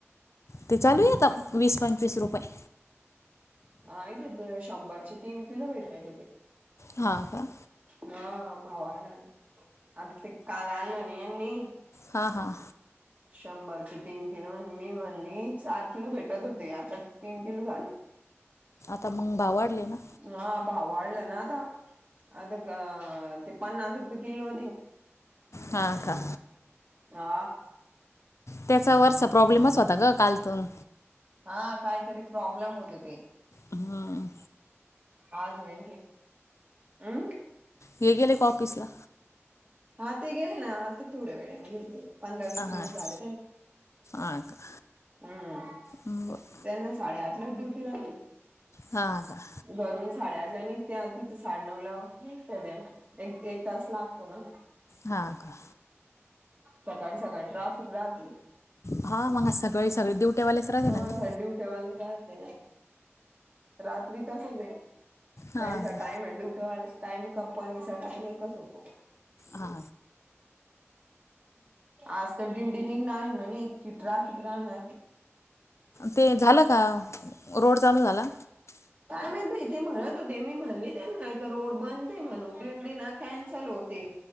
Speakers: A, on the left; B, on the right.
A: ते चालू येत वीस पंचवीस रुपये
B: आहे त त शंभरचे तीन किलो भेटय त ते
A: हा का
B: ह भावा आला ना आता ते काल आलं ना यांनी
A: हां हां
B: शंभरचे तीन किलोण मी म्हणली चार किलो भेटत होते आता तीन किलो झाले
A: आता मग भाव वाढले ना
B: हा भा वाढलं ना आता अता का ते पन्नास रुपये किलो दिन
A: हा का
B: हा
A: त्याचा वर्ष प्रॉब्लेमच होता ग कालतून
B: हा काहीतरी प्रॉब्लेम होत ते
A: हम्म
B: आज ए अं
A: हे गेले का ऑफिसला?
B: हा ते गेले ना आता थोड्या वेळेने गेले ते पंधरा वीस
A: अहच
B: मिनिट झाले
A: अ का
B: उअ
A: बरं
B: त्यांना साडेआठलाच ड्युटी राहती
A: हाआ का?
B: घरून साडेआठ ला निघत्या तिथं साडे नऊला दिसत्या त्या एक एक तास लागतो ना
A: हां का?
B: सकाळी सकाळी ट्राफिक राहते
A: हा मग आ सकाळी सकाळी दिवट्यावालेच राहते ना
B: <unintelligible>
A: ग
B: ड्युट्यावाले राहते ना रात्री तसचे
A: हां
B: त्यांचा
A: का
B: टाइम आहे ड्युट्यावाल्याचा टाइम कंपनीचा टाइम एकच होतो.
A: हा.
B: आज तर दिंडी निघणार म्ह इतकी ट्रॅफिक राहणार
A: ते झालं का रोड चालू झाला.
B: कामेत भाई ते म्हणत होते मी म्हणली त्यांना एक रोड बंद आहे म्हणून दिंडी ना. कॅनसल होते